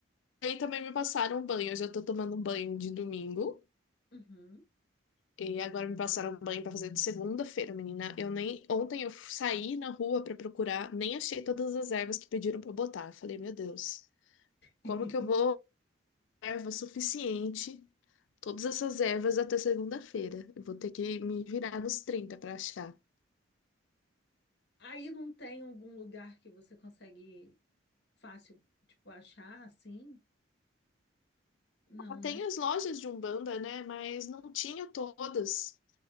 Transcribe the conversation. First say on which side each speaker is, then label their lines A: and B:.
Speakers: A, on the left; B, on the left.
A: aí também me passaram um banho, eu já tô tomando um banho de domingo.
B: Uhum.
A: E agora me passaram um banho pra fazer de segunda-feira, menina. Eu nem ontem eu saí na rua pra procurar, nem achei todas as ervas que pediram pra eu botar. Eu falei, meu Deus, como
B: <laughs>
A: que eu vou erva suficiente, todas essas ervas até segunda-feira. Eu vou ter que me virar nos 30 para achar.
B: Aí não tem algum lugar que você consegue fácil, tipo, achar assim? Não,
A: Ah, Tem
B: né?
A: as lojas de Umbanda, né? Mas não tinha todas.